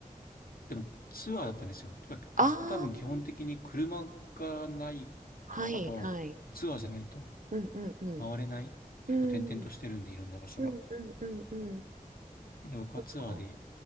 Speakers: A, on the left; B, on the right.
A: でもツアーだったんですよ。ああそこ多分基本的に車がないか、
B: ああ、はいはい。
A: あとはツアーじゃないと
B: うんうんうん。
A: 回れない。
B: うん。
A: 結構転々としてるんで、いろんな場所が。
B: うんうんうんうん。
A: で、僕はツアーで
B: そっか。